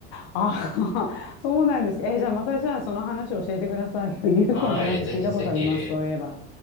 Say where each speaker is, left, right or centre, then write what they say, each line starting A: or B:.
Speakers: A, on the left (about 70°); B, on the left (about 45°).
A: あ、<laughs> そうなんですか。え、じゃあまたじゃあその話を教えてくださいよ。<laughs> ユーコンってなんか聞いたことあります、
B: はい、ぜひぜひ。
A: そういえば。